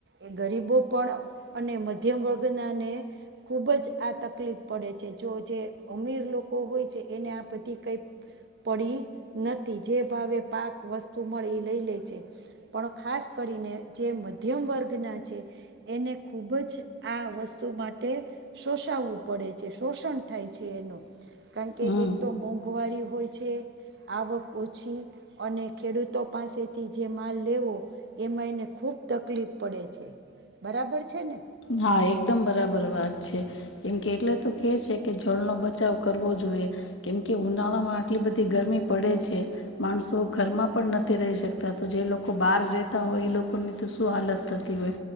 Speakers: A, on the right (about 60°); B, on the left (about 80°).
A: એ ગરીબો પણ અને મધ્યમ વર્ગનાને ખૂબ જ આ તકલીફ પડે છે. જો જે અમીર લોકો હોય છે એને આ બધી કંઈક પડી નથી જે ભાવે પાક વસ્તુ મળી લઈ લે છે. પણ ખાસ કરીને જે મધ્યમ વર્ગના છે. એને ખૂબ જ આ વસ્તુ માટે શોષાવવું પડે છે શોષણ થાય છે એનું કારણકે
B: હમ
A: એક તો મોંઘ મોંગવારી હોય છે આવક ઓછી. અને ખેડૂતો પાસેથી જે માલ લેવો. એમાં એને ખુબ તકલીફ પડે છે બરાબર છે ને.
B: હા એકદમ બરાબર વાત છે એમ કે એટલે તો કે છે કે જળનો બચાવ કરવો જોઈએ કેમકે ઉનાળામાં આટલી બધી ગરમી પડે છે. માણસો ઘરમાં પણ નથી રહી શકતા તો જે લોકો બહાર રતા હોય એ લોકો ની તો શું હાલત થતી હોય